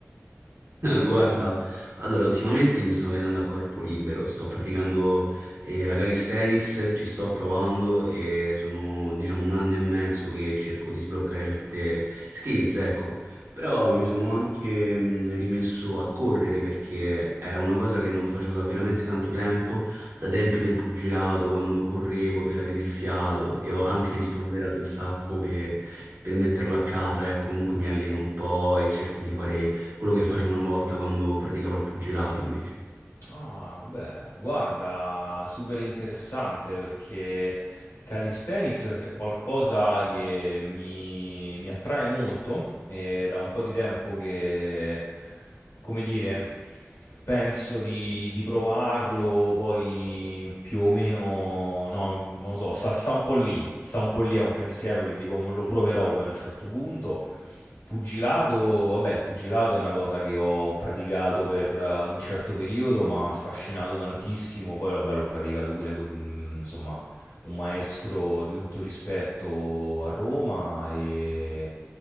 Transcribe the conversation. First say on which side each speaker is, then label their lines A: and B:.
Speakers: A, on the right; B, on the left.
A: <laughs> Guarda, allora ultimamente mi sto allenando a corpo libero, sto praticando eh, la calisthenics, ci sto provando e sono diciamo un anno e mezzo che cerco di sbloccare certe skills, ecco. Però mi sono anche mh, rimesso a correre perché era una cosa che non facevo da veramente tanto tempo, da tempi del pugilato, quando correvo per avere il fiato e ho anche rispolverato il sacco per, per metterlo a casa, ecco, comunque mi alleno un po' e cerco di fare quello che facevo una volta quando praticavo il pugilato invece.
B: Ah, beh, guarda, super interessante perché il calisthenics è qualcosa che mi, mi attrae molto e da un po' di tempo che, come dire, penso di, di provarlo, poi più o meno, no, non lo so, sta, sta un po' lì, sta un po' lì, è un pensiero che dico lo proverò poi a un certo punto. Pugilato, vabbè, il pugilato è una cosa che ho praticato per eh, un certo periodo, ma ha affascinato tantissimo. Poi, vabbè, l'ho praticato pure con, mm, insomma, un maestro di tutto rispetto a Roma. E...